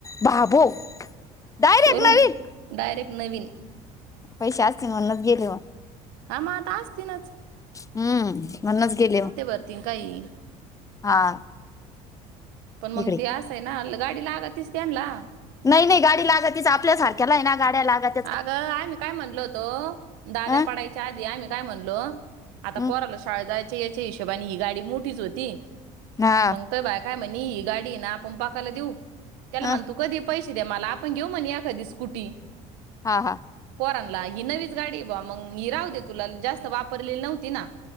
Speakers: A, on the left; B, on the right.
A: बाबो डायरेक्ट
B: शोरूम!
A: नवीन
B: डायरेक्ट नवीन.
A: पैसे असतील म्हणूनच गेले व.
B: हा, मग आता असतीनच.
A: हम्म! म्हणूनच गेले म,
B: भरतीन काही
A: हा.
B: पण मग
A: इकडे
B: ती असं आहे ना, गाडी लागतीच त्याणला
A: नाही, नाही गाडी लागतीच. आपल्यासारख्याला आहे ना गाड्या लागत.
B: अगं! आम्ही मी काय म्हणलो होतो, दाद्या
A: अं?
B: पडायच्या च्या आधी आम्ही काय म्हणलो, आता
A: हं.
B: पोराला शाळेत जायच्या याच्या हिशोबाने ही गाडी मोठीच होती
A: हा
B: मंग तोय भैय्या काय म्हणे, आपण ही गाडी ना पकाला देऊ त्याला
A: हं.
B: म्हणे तू कधीही पैसे दे मला, आपण घेऊ म्हणे एखादी स्कुटी.
A: हा हा!
B: पोरांला ही नवीच गाडी बुवा, मग ही राहू दे तुला, जास्त वापरलेली नव्हती ना.